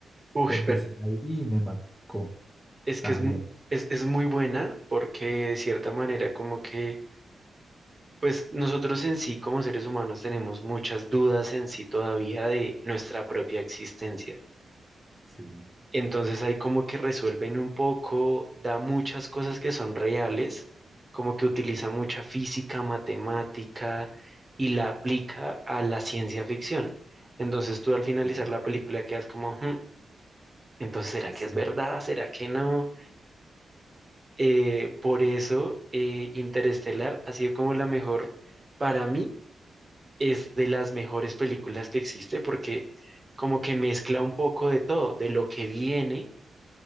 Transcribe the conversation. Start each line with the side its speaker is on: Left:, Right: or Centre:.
Right: Uf,
Centre: porque
Right: pero
Centre: sí la vi y me marcó
Right: es
Centre: también.
Right: que es, mu- es, es muy buena porque de cierta manera como que, pues nosotros en sí como seres humanos tenemos muchas dudas en sí todavía de nuestra propia existencia.
Centre: Sí,
Right: Entonces ahí como que resuelven un poco, da muchas cosas que son reales, como que utiliza mucha física, matemática y la aplica a la ciencia ficción. Entonces tú al finalizar
Centre: sí,
Right: la película quedas como, "Hmm, entonces ¿será
Centre: sí,
Right: que es verdad? ¿Será que no? Eh, por eso eh, Interestelar ha sido como la mejor, para mí es de las mejores películas que existe porque como que mezcla un poco de todo, de lo que viene